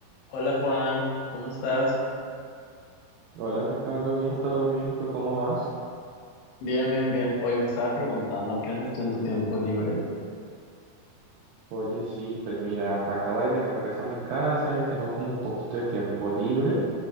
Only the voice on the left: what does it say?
Hola Juan, ¿cómo estás?
Bien, bien, bien. Oye, me estaba preguntando, ¿qué haces tú en tu tiempo libre?